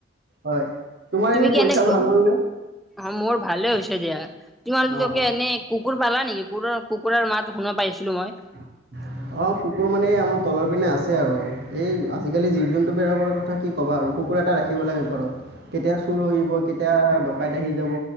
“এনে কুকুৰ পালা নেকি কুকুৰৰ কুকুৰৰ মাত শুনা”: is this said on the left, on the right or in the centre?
Centre